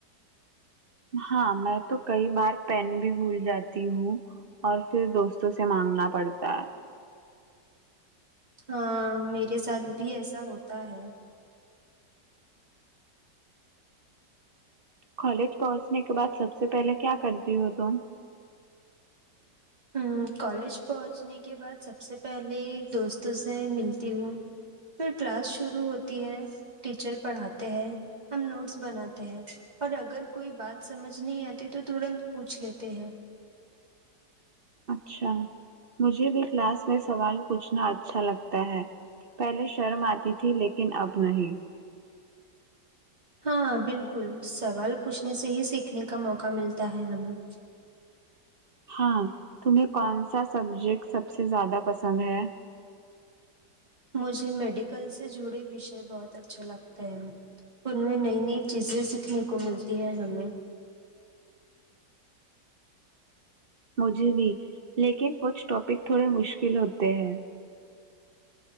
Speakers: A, on the right; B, on the right.
A: ہاں میں تو کئی بار پین بھی بھول جاتی ہوں اور پھر دوستوں سے مانگنا پڑتا ہے
B: ہاں میرے ساتھ بھی ایسا ہوتا ہے
A: کالج پہنچنے کے بعد سب سے پہلے کیا کرتی ہو تم
B: ہم، کالج پہنچنے کے بعد سب سے پہلے دوستوں سے ملتی ہوں پھر کلاس شروع ہوتی ہے ٹیچر پڑھاتے ہیں ہم نوٹس بناتے ہیں اور اگر کوئی بات سمجھ نہیں آتی تو ترنت پوچھ لیتے ہیں
A: اچھا مجھے بھی کلاس میں سوال پوچھنا اچھا لگتا ہے پہلے شرم آتی تھی لیکن اب نہیں
B: ہاں بالکل سوال پوچھنے سے ہی سیکھنے کا موقع ملتا ہے ہمیں
A: ہاں تمہیں کون سا سبجیکٹ سب سے زیادہ پسند ہے
B: مجھے میڈیکل سے جڑے وشے بہت اچھے لگتے ہیں ان میں نئی نئی چیزیں سیکھنے کو ملتی ہیں ہمیں
A: مجھے بھی لیکن کچھ ٹاپک تھوڑے مشکل ہوتے ہیں